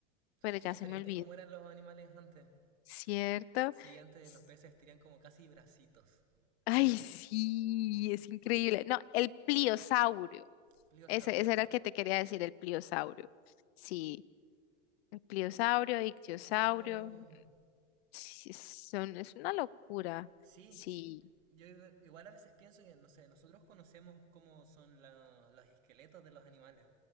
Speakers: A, on the left; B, on the right.
A: pero
B: Qué
A: ya
B: diferentes
A: se me olvidó,
B: como eran los animales antes.
A: ¿cierto?
B: Sí, antes
A: S-
B: los peces tenían como casi bracitos.
A: Ay, sí, es increíble. No, el pliosaurio.
B: Pliosaurio.
A: Ese, ese era el que te quería decir, el pliosaurio. Sí, el pliosaurio, ictiosaurio.
B: Oh,
A: sí, son, es una locura.
B: sí,
A: Sí.
B: Yo igual a veces pienso que, no sé, nosotros conocemos cómo son la- los esqueletos de los animales,